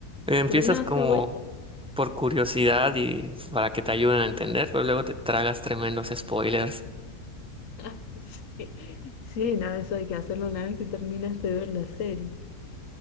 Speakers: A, in the centre; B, on the left (about 60°).
A: Empiezas
B: Pero no,
A: como
B: está bueno.
A: por curiosidad y para que te ayuden a entender, pero luego te tragas tremendos spoilers.
B: <laughs> Sí, sí, no, eso hay que hacerlo una vez que terminaste de ver la serie.